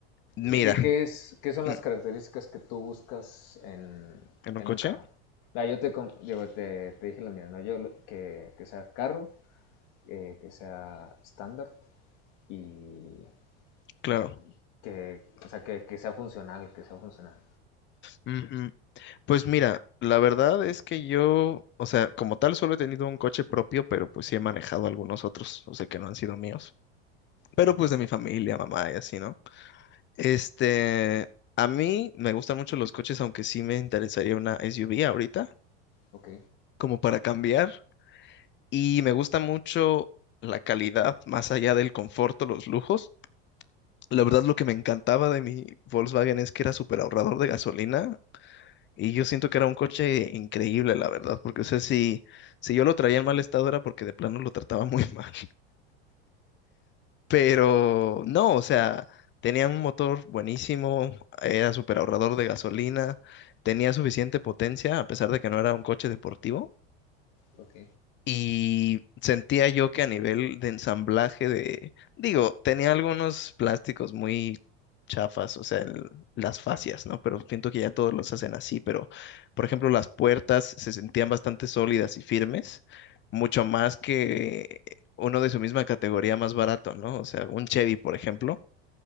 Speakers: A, on the left; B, on the left.
A: mira,
B: ¿Y qué, qué es, qué son
A: mm,
B: las características que tú buscas en,
A: ¿en
B: en
A: un coche?
B: un carro? Ah, yo te, com- yo te, te dije la mía, ¿no? Yo lo- que, que sea carro, eh, que sea estándar y,
A: Claro.
B: o sea, que, o sea que, que sea funcional, que sea funcional.
A: Mm, mm. Pues mira, la verdad es que yo, o sea, como tal solo he tenido un coche propio, pero pues sí he manejado algunos otros, o sea, que no han sido míos. pero
B: Ujú,
A: pues de mi familia, mamá y así, ¿no? Este, a mí me gustan mucho los coches, aunque sí me interesaría una SUV ahorita,
B: Ok,
A: como para cambiar. Y me gusta mucho la calidad, más allá del confort o los lujos. La verdad, lo que me encantaba de mi Volkswagen es que era súper ahorrador de gasolina. Y yo siento que era un coche increíble, la verdad, porque, o sea, si, si yo lo traía en mal estado era porque de plano lo trataba muy <laughs> mal. Pero no, o sea, tenía un motor buenísimo, era súper ahorrador de gasolina, tenía suficiente potencia, a pesar de que no era un coche deportivo.
B: ok,
A: Y sentía yo que a nivel de ensamblaje de, digo, tenía algunos plásticos muy chafas, o sea, el- las fascias, ¿no? Pero siento que ya todos los hacen así, pero, por ejemplo, las puertas se sentían bastante sólidas y firmes, mucho más que uno de su misma categoría más barato, ¿no? O sea, un Chevy, por ejemplo,